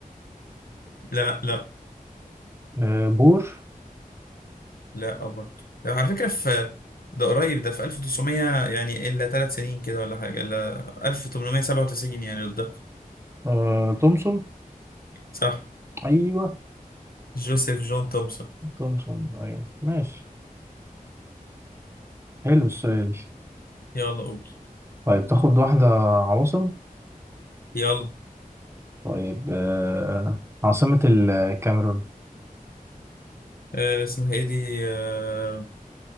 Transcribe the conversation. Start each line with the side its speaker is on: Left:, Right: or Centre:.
Left: لا لا
Right: آه، بور
Left: لا برضه على فكره في ده قريب ده في 1900 يعني الا ثلاث سنين كده ولا حاجه الا 1897 يعني للدقه
Right: آه، تومسون
Left: صح
Right: أيوه
Left: جوزيف جون تومسون
Right: تومسون أيوه ماشي حلو السؤال
Left: يلا قول
Right: طيب تاخد واحدة عواصم
Left: يلا
Right: طيب آه، عاصمة الكاميرون
Left: آه اسمها ايه دي آه